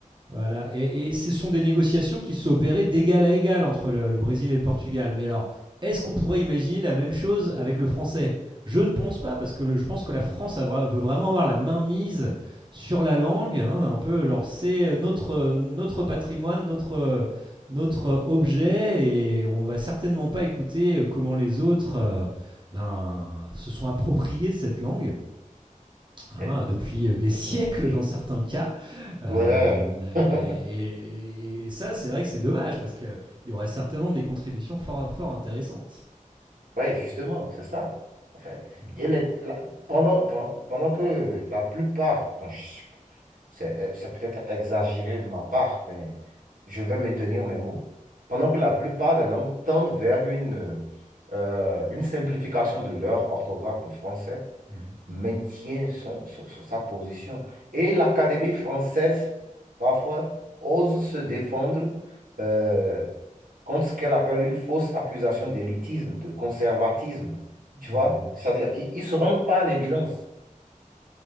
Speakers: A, on the right; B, on the right.
A: voilà, et, et ce sont des négociations qui se sont opérées d'égal à égal entre le, le Brésil et le Portugal. Mais alors, est-ce qu'on pourrait imaginer la même chose avec le français Je ne pense pas, parce que le- je pense que la France a veut vraiment avoir la main mise sur la langue, hein, un peu genre c'est notre, euh, notre patrimoine, notre, euh, notre objet, et on va certainement pas écouter euh, comment les autres euh, ben, se sont appropriés de cette langue, hein,
B: Eh,
A: depuis euh, des siècles
B: C'est dommage.
A: dans certains cas. Euh,
B: Ouais. <laughs>
A: et, et ça, c'est vrai que c'est dommage parce qu'il y aurait certainement des contributions fort, fort intéressantes.
B: Oui, justement, c'est ça, en fait.
A: Mm,
B: Et les- la- pendant, pen- pendant que la plupart, bon, C'est, euh, c'est peut-être exagéré de ma part, mais je vais maintenir mes mots. Pendant que la plupart
A: oui.
B: des langues tendent vers une, euh, une simplification de leur orthographe, le français
A: Mhm.
B: maintient son, son- son- sa position. Et l'Académie française, parfois, ose se défendre euh, contre ce qu'elle appelle une fausse accusation d'élitisme, de conservatisme.
A: Mhm.
B: Tu vois? C'est-à-dire, ils ne se rendent pas à l'évidence.